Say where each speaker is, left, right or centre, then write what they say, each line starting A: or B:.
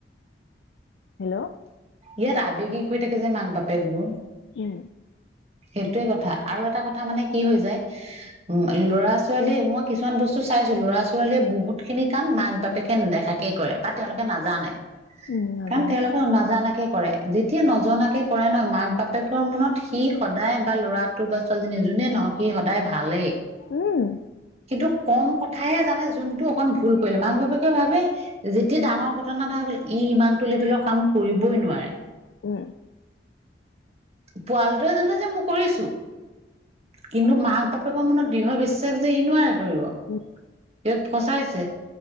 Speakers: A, on the left (about 75°); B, on the right (about 35°).
A: হেল্ল'
B: ইয়াত আৱেগিক হৈ থাকে যে মাক বাপেকবোৰ।
A: উম
B: সেইটোৱে কথা। আৰু এটা কথা মানে কি হৈ যায়। উম লৰা ছোৱালীয়ে মই কিছুমান বস্তু চাইছো লৰা ছোৱালীয়ে বহুত খিনি কাম মাক বাপেকে নেদেখাকেই কৰে বা তেওঁলোকে নাজানে।
A: উম নাজানে।
B: কাৰণ তেওঁলোকে নাজানাকে কৰে যেতিয়া নজনাকে কৰে ন মাক বাপেকৰ মনত সি সদায় বা ল'ৰা তোৰ বা ছোৱালীজনী যোনে নহক সি সদায় ভালেই
A: উম
B: কিন্তু কম কথাহে জানে। কিন্তু অকণ ভুল কৰিলে মাক বাপেকে ভাবে যেতিয়া ডাঙৰ ঘটনা এটা হ'ল ই ইমান টো লেভেলৰ কাম কৰি বই নোৱাৰে
A: উম।
B: পোৱালটোৱে জানে যে, মই কৰিছোঁ। কিন্তু মাক বাপেকৰ মনত দৃঢ় বিচ যে, ই নোৱাৰে কৰিব।
A: উম
B: ইয়াক ফচাইছে।